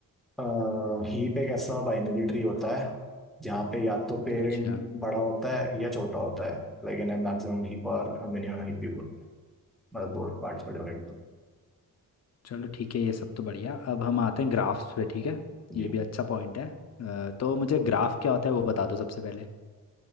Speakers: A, in the centre; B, on the left.
A: आ, हीप एक ऐसा बाइनरी ट्री होता है जहाँ पे या तो पेरेंट
B: अच्छा
A: बड़ा होता है या छोटा होता है लाइक इन मैक्सिमम हीप और मिनिमम हीप भी बोलते हैं मतलब दो पार्ट्स में डिवाइडेड होता
B: चलो ठीक है ये सब तो बढ़िया अब हम आते हैं ग्राफ्स पे ठीक है
A: है जी
B: ये भी अच्छा पॉइंट है अ, तो मुझे ग्राफ क्या होता है वो बता दो सबसे पहले